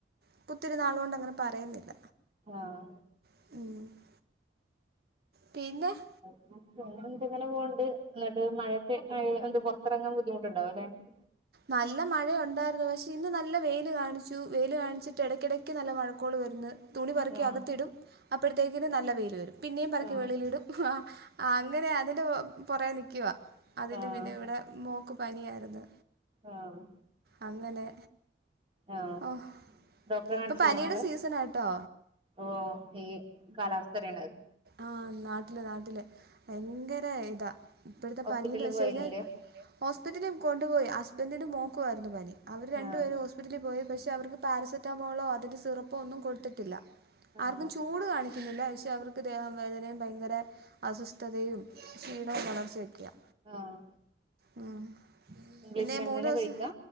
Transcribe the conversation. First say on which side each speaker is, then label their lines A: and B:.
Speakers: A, on the right; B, on the right.
A: ഇപ്പൊ ഒത്തിരിന്നാളുകൊണ്ട് അങ്ങനെ പറയുന്നില്ല.
B: ആഹ്
A: മ് പിന്നെഹ്
B: മ്മ്ഹ്ഹ് പിന്നെ ഇപ്പൊ <unintelligible> ഏങ്ങന <unintelligible> എന്നിട്ട് മഴത് മഴ പുറത്തിറങ്ങാൻ ബുദ്ധിമുട്ടുണ്ടാവുംലെ
A: നല്ല മഴ ഉണ്ടായിരുന്നു, പക്ഷെ ഇന്ന് നല്ല വെയില് കാണിച്ചു വെയില് കാണിച്ചിട്ട് ഇടക്കിടക്ക് നല്ല മഴക്കോള് വരുന്ന്. തുണി പൊറുക്കി
B: ആഹ്
A: അകത്തിടും അപ്പോഴത്തേക്കിന് നല്ല വെയില് വരും പിന്നെയും പറക്കി
B: ആഹ്
A: വെളയിലിടും മ്മഹ് അഹ് ആഹ് അങ്ങനെ അതിൻ്റെ പുറകേ നിൽക്കുവ അതി്ന്റെ
B: ആഹ്
A: പിന്നെ ഇവിടെ മോക്ക് പനിയാരുന്നു
B: ആഹ്
A: അങ്ങനെ
B: ആഹ്
A: ഓ
B: ഡോക്ടറെ കാണിച്ചില്ലേ
A: ഇപ്പൊ പനിയുടെ
B: മോളെ?
A: സീസണാട്ടോ
B: ഓഹ് ഈഹ് കാലാവസ്ഥടെയാണ് അത്
A: ആഹ് നാട്ടിൽ, നാട്ടിൽ ഭയങ്കര ഇതാ ഇപ്പഴത്തെ
B: ഹോസ്പിറ്റലിൽ
A: പനീന്ന് വെച്ച്
B: പോയിരുന്നില്ലേ
A: കഴിഞ്ഞാൽ ഹോസ്പിറ്റലിൽ കൊണ്ടുപോയി, ഹസ്ബൻഡിനും മോൾക്കും ആയിരുന്നു പനി അവര് രണ്ടപേരും
B: ആഹ്
A: ഹോസ് പിറ്റലിൽ പോയി, പക്ഷേ അവർക്ക് പാരസെറ്റമോളോ അതിൻ്റെ സിറപ്പോ ഒന്നും കൊടുത്തിട്ടില്ല
B: ആഹ്
A: ആർക്കും ചൂട് കാണിക്കുന്നില്ല, പക്ഷെ അവർക്ക് ദേഹം വേദനയും ഭയങ്കര അസ്വസ്ഥതയും ക്ഷീണവും തളർച്ചയും ഒക്കെയാ.
B: ആഹ്
A: ഉഹ്
B: ഇംഗ്ലീഷ്
A: പിന്നെ
B: മരുന്നന്നെ
A: മൂന്ന്സം
B: കഴിക്കാ